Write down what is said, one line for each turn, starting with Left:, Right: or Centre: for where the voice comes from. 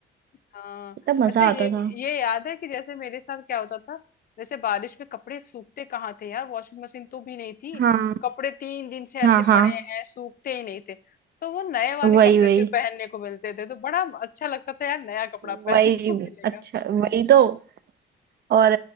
Left: हाँ
Right: कितना मजा
Left: अच्छा ये
Right: आता था
Left: ये याद है कि जैसे मेरे साथ क्या होता था जैसे बारिश में कपड़े सूखते कहाँ थे यार वॉशिंग मशीन तो भी नहीं थी
Right: हाँ
Left: कपड़े तीन दिन से ऐसे
Right: हाँ हाँ
Left: पड़े हैं सूखते ही नहीं थे तो वो नए वाले
Right: वही
Left: कपड़े
Right: वही
Left: फिर पहनने को मिलते थे तो बड़ा अच्छा लगता था यार नया कपड़ा पहनने
Right: वही
Left: को मिलेगा
Right: अच्छा वही तो और